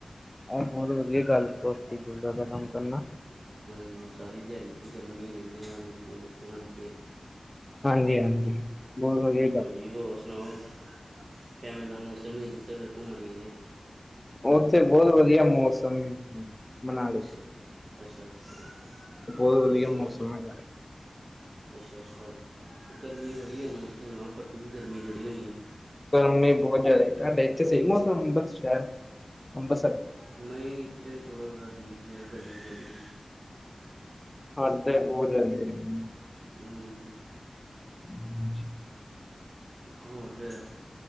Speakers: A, on the left (about 20°); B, on the right (about 55°).
A: ਇਹ ਹੋਰ ਵਧੀਆ ਗੱਲ ਸਦਾ ਕੰਮ ਕਰਨਾ
B: ਹਾਂਜੀ ਸਾਰੀ ਦਿਹਾੜੀ ਵੀ ਗਰਮੀ ਰਹਿੰਦੀ ਆ ਮਿਸਤਰੀ ਮਿਸਤਰੀ ਲਗੇ
A: ਹਾਂਜੀ ਹਾਂਜੀ ਬਹੁਤ ਵਧੀਆ ਗੱਲ
B: ਹਾਂਜੀ ਹੋਰ ਸੁਣਾਓ ਕਿਵੇਂ ਦਾ ਮੌਸਮ ਸੀ ਜਿੱਥੇ ਫਿਰ ਘੁੰਮਣ ਗਏ ਸੀ।
A: ਉੱਥੇ ਬਹੁਤ ਵਧੀਆ ਮੌਸਮ ਹਾਂਜੀ ਮਨਾਲੀ
B: ਅੱਛਾ ਅੱਛਾ ਅੱਛਾ
A: ਬੋਤ ਵਧੀਆ
B: ਅੱਛਾ
A: ਮੌਸਮ ਹੈਗਾ
B: ਅੱਛਾ ਅੱਛਾ ਗਰਮੀ ਬੜੀ ਹੋਣਾ ਇੱਥੇ ਹੋਣਾ ਭੱਟੀ ਵੀ ਗਰਮੀ ਬੜੀ ਹੋਣੀ
A: ਗਰਮੀ ਬੋਤ ਜਯਦਾ ਤੁਹਾਡੇ ਏਥੇ ਸਾਹੀ ਮੌਸਮ ਅੰਬਰਸਰ
B: ਨਹੀਂ ਇੱਥੇ ਥੋੜਾ ਬਹੁਤਾ ਠੀਕ ਗਿਆ ਗਰਮੀ ਬੜੀ
A: <inaudible>
B: ਹਮ
A: ਹਜੀ
B: ਹੋਰ ਫਿਰ